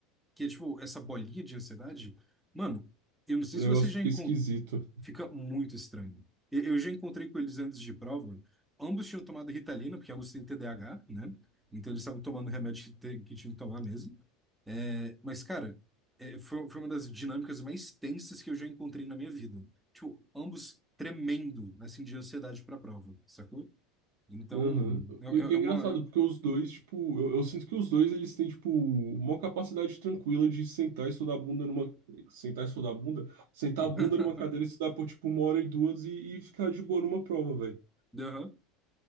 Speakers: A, in the centre; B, on the right.
A: que é tipo essa bolinha de ansiedade, mano, eu não sei
B: O
A: se
B: negócio
A: você já
B: fica
A: encontra,
B: esquisito.
A: fica muito estranho. E- Eu já encontrei com eles antes de prova, ambos tinham tomado Ritalina, porque ambos têm TDAH, né? Então eles estavam tomando remédio que, te- que tinham que tomar mesmo. É, mas, cara, é, foi, foi uma das dinâmicas mais tensas que eu já encontrei na minha vida. Tipo, ambos tremendo, assim, de ansiedade pra prova, sacou? Então,
B: Aham.
A: é, é-
B: E o que é
A: é uma...
B: engraçado, porque os dois, tipo, eu, eu sinto que os dois eles têm, tipo, uma capacidade tranquila de sentar e estudar a bunda numa. Sentar e estudar a bunda? Sentar
A: é-
B: a bunda
A: <laughs>
B: numa cadeira e estudar por, tipo, uma hora e duas e, e ficar de boa numa prova, velho.
A: Aham.